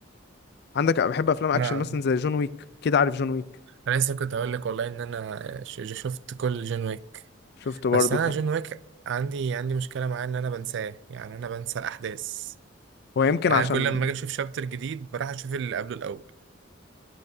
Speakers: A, on the left (about 55°); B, on the right (about 65°).
A: عندك بحب افلام اكشن
B: لا
A: مثلا زي جون ويك كده عارف جون ويك
B: انا لسه كنت هقول لك والله ان انا ش- شفت كل جون ويك
A: شفته برضو
B: بس انا
A: كان
B: جون ويك عندي عندي مشكله معاه ان انا بنساه يعني انا بنسى الاحداث
A: هو يمكن
B: يعني
A: عشان
B: كل لما اجي اشوف شابتر جديد بروح اشوف اللي قبله الاول